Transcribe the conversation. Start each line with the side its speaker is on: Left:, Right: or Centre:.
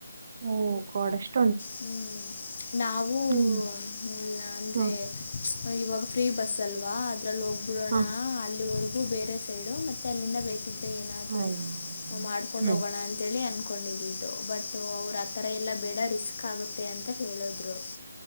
Right: ಓ ಗಾಡೇಷ್ಟ
Left: ಹ್ಮ್ ನಾವು
Right: ಹ್ಮ್
Left: ಇಲ್ಲಾ ಅಂದ್ರೆ
Right: ಹಾ
Left: ಇವಾಗ ಫ್ರೀ ಬಸ್ ಅಲ್ವಾ ಅದ್ರಲ್ಲಿ ಹೋಗ್ಬಿಡೋಣ
Right: ಹಾ
Left: ಅಲ್ಲಿವರೆಗೂ ಬೇರೆ ಸೈಡು ಮತ್ತೆ ಅಲ್ಲಿಂದ ಬೇಕಿದ್ರೆ ಏನಾದ್ರು
Right: ಆಯ್
Left: ಮಾಡ್ಕೊಂಡ್
Right: ಹ್ಮ್
Left: ಹೋಗೋಣ ಅ ಅಂತೇಳಿ ಅನ್ಕೊಂಡಿದಿದು ಬಟ್ ಅವ್ರು ಆಥರ ಎಲ್ಲ ಬೇಡ ರಿಸ್ಕ್ ಆಗುತ್ತೆ ಅಂತ ಹೇಳಿದ್ರು